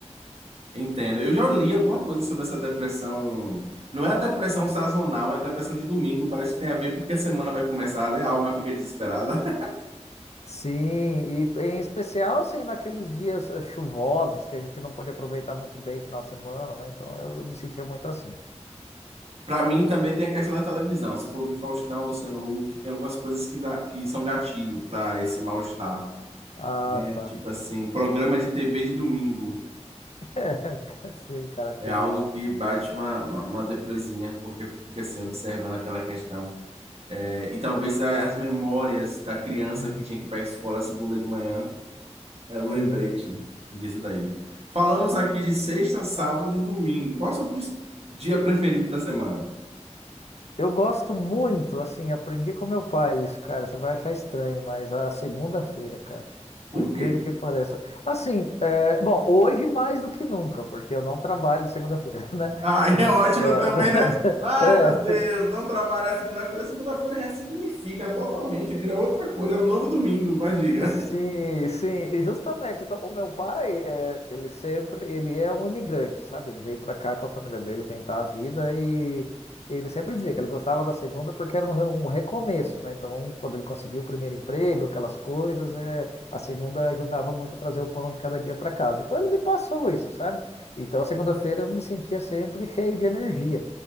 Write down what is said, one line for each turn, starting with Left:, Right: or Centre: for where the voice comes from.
Right: Entendo. Eu já li alguma coisa sobre essa depressão. Não é a depressão sazonal, é a depressão de domingo. Parece que tem a ver porque a semana vai começar, né? A alma fica desesperada.
Left: Sim, e em especial, assim, naqueles dias eh, chuvosos que a gente não pode aproveitar muito bem o final de semana, né? Então, eu me sentia muito assim.
Right: Para mim também tem a questão da televisão. Se for ver Faustão, Luciano Huck, tem algumas coisas que, dá- que são gatilho para esse mal-estar.
Left: Ah,
Right: É
Left: tá.
Right: tipo assim, programa de TV de domingo.
Left: <laughs> É, sim, característico.
Right: É algo que bate uma, uma, uma depresinha, porque fica assim, observando aquela questão. É, e talvez a- as memórias da criança
Left: Uhum.
Right: que tinha que ir para a escola segunda de manhã, era
Left: Sim.
Right: o lembrete disso daí. Falamos aqui de sexta, sábado e domingo. Qual é o seu pres- dia preferido da semana?
Left: Eu gosto muito, assim, aprendi com meu pai isso, cara. Você vai achar estranho, mas a segunda-feira, cara, por
Right: Por
Left: incrível
Right: quê?
Left: que pareça. Assim, é, bom, hoje mais do que nunca, porque eu não trabalho de segunda-feira, <laughs> né?
Right: Ah, é
Left: E-
Right: ótimo
Left: é,
Right: também, né? Ai, meu
Left: <laughs>
Right: Deus,
Left: é.
Right: não trabalhar segunda-feira. Segunda-feira ressignifica totalmente, vira outra coisa, é um novo domingo, mas diga.
Left: Sim, sim, e justamente, então, o meu pai, é, ele sempre, ele é um imigrante, sabe? Ele veio pra cá com a família dele tentar a vida e ele sempre dizia que ele gostava da segunda porque era um, re- um recomeço, né? Então, quando ele conseguiu o primeiro emprego, aquelas coisas, é, a segunda ajudava muito a trazer o pão de cada dia pra casa. Então, ele me passou isso, sabe? Então, a segunda-feira eu me sentia sempre cheio de energia.